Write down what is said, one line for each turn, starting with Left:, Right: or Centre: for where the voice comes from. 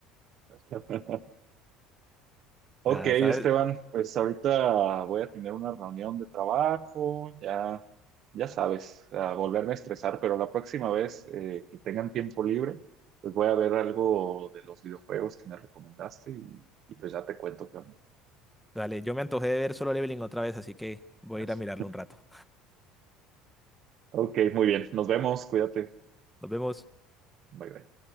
Right: <laughs>
Centre: <laughs> Nada,
Right: Ok, Esteban,
Centre: ¿sabes?
Right: pues ahorita voy a tener una reunión de trabajo, ya, ya sabes, a volverme a estresar, pero la próxima vez eh, que tengan tiempo libre, pues voy a ver algo de los videojuegos que me recomendaste y, y pues ya te cuento qué onda.
Centre: Dale, yo me antojé de ver Solo Leveling otra vez, así que
Right: <laughs>
Centre: voy
Right: Gracias.
Centre: a ir a mirarlo un rato.
Right: Ok, muy bien, nos vemos, cuídate,
Centre: Nos vemos.
Right: bye bye.